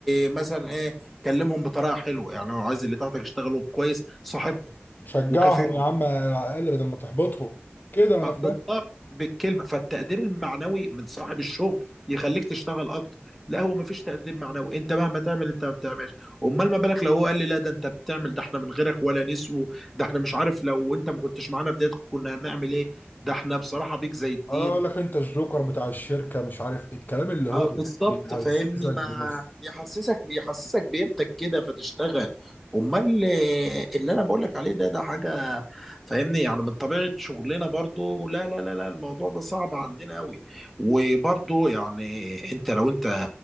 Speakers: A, in the centre; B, on the left (about 45°).
A: مثلا ايه كلمهم بطريقه حلوه يعني لو عايز اللي تحتك يشتغلوا كويس صاحبهم
B: شجعهم
A: وكافئهم
B: يا عم على الاقل بدل ما تحبطهم كده ما
A: آه،
B: انا فاهم
A: بالظبط بالكلمه فالتقدير المعنوي من صاحب الشغل يخليك تشتغل اكتر لا هو مفيش تقدير معنوي انت مهما تعمل انت ما بتعملش امال ما بالك لو هو قال لي لا ده انت بتعمل ده احنا من غيرك ولا نسو ده احنا مش عارف لو انت ما كنتش معانا في ديت كنا هنعمل ايه ده احنا بصراحه بيك زي الدين
B: اه اقول لك انت الجوكر بتاع الشركة مش عارف ايه الكلام اللي هو
A: اه بالظبط
B: بيحسسك
A: فاهمني ما
B: بنفسك
A: يحسسك يحسسك بقيمتك كده فتشتغل امال اللي, اللي انا بقول لك عليه ده ده حاجه فاهمني يعني من طبيعه شغلنا برضو لا لا لا لا الموضوع ده صعب عندنا قوي وبرضو يعني انت لو انت